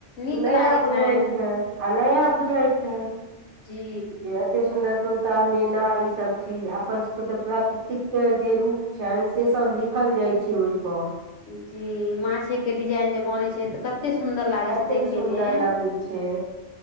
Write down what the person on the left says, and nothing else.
नीक
लागै
छनि
जी
जी माछेके डिजाइन जे बनैत छै तऽ कत एते सुन्दर लागे
छै देखै
मे